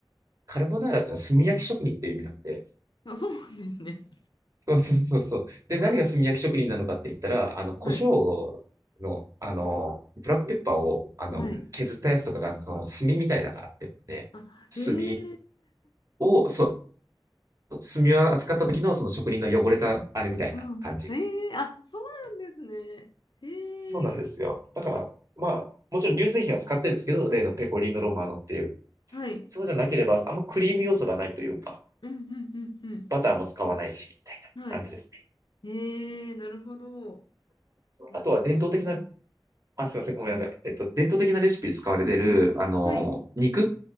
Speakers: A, on the right (about 40°); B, on the left (about 70°).
A: カルボナーラっていうのは炭焼き職人っていう意味なんで、
B: あ、そうなんですね。
A: そうそうそうそう。で、何が炭焼き職人なのかって言ったら、あの、胡椒の、
B: はい。
A: あの、ブラックペッパーを、あの、
B: はい。
A: 削ったやつとかが、その、炭みたいだからってことで、
B: あ、へえ
A: 炭を、そう、炭を扱った時の、その職人の汚れた、あれみたいな感じ。
B: うん。ええあ、そうなんですね。ええ
A: そうなんですよ。だから、まあ、もちろん乳製品は使ってるんですけど、例のペコリーノロマーノっていう。
B: はい。
A: そうじゃなければ、あんまクリーム要素がないというか、
B: うんうんうん
A: バターも使わないし、みたいな感じですね。
B: うん。はい。ええなるほど。あ、
A: あとは伝統的な
B: ちょっと、うん。
A: あ、すいません、ごめんなさい。えっと、伝統的なレシピ使われてる、あの、
B: はい。
A: 肉